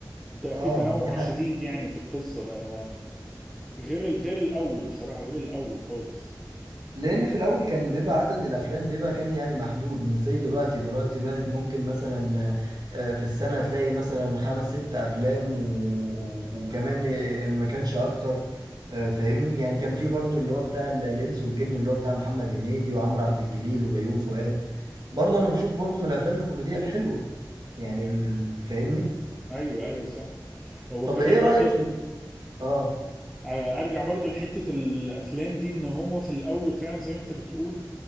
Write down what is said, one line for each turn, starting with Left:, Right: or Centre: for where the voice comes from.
Centre: ده
Right: اه
Centre: في تنوع
Right: دي
Centre: شديد يعني في القصة بقى غير ال... غير الاول بصراحة غير الاول خالص
Right: لان في الاول كان بيبقى عدد الافلام بيبقى كان يعني محدود مش زي دلوقتي دلوقتي بقت ممكن مثلا آه، في السنة تلاقي مثلا خمس ست افلام و... و- وكمان آه، ما كانش اكتر آه، فاهمني يعني كان في برضو اللي هو بتاع ال- الانس والجن اللي هو بتاع محمد هنيدي وعمرو عبد الجليل وبيوم فؤاد برضو انا بشوف برضو من الافلام الكوميدية الحلوة يعني ال- ال- فاهمني
Centre: ايوه ايوه صح هو
Right: طب
Centre: كمان
Right: ايه
Centre: برضه
Right: رأيك في ال... اه
Centre: آه، ارجع برضو لحتة الافلام دي ان هو في الاول فعلا زي ما انت بتقول